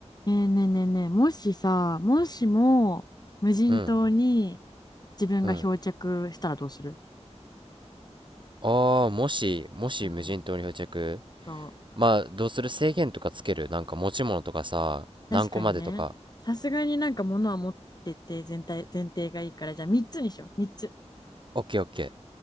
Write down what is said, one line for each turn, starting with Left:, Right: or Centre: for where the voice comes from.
Left: ねえねえねえねえ、もしさ、もしも無人島に
Right: うん、
Left: 自分が漂着したらどうする
Right: うん。ああ、もし、もし無人島に漂着
Left: うんそう。
Right: まあ、どうする制限とかつけるなんか持ち物とかさ、
Left: 確かにね、
Right: 何個までとか。
Left: さすがになんか物は持ってて全体、前提がいいから、じゃあ3つにしよう、3つ。
Right: オッケーオッケー。